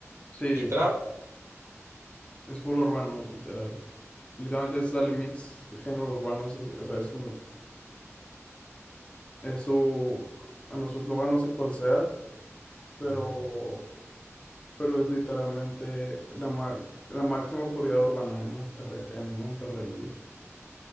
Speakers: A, on the left; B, on the right.
A: Sí,
B: y trap.
A: es full urbano, literal. Literalmente es Dale Mix, género urbano. es- es- o sea, es un, es su, bueno, su eslogan no sé cuál sea, pero
B: Ya,
A: pero es literalmente la, ma- la máxima autoridad urbana en Monterrey, en Monterrey, dice.